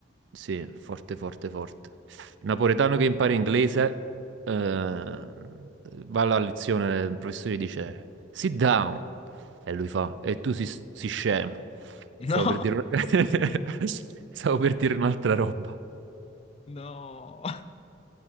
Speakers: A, on the right; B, on the left.
A: Sì, forte, forte, forte. Napoletano che impara inglese, eh, va alla lezione, il professore gli dice sit down, e lui fa, e tu si, si scemo.
B: <laughs>
A: Stavo
B: No,
A: per dire, un- <laughs> stavo per dire un'altra roba.
B: no,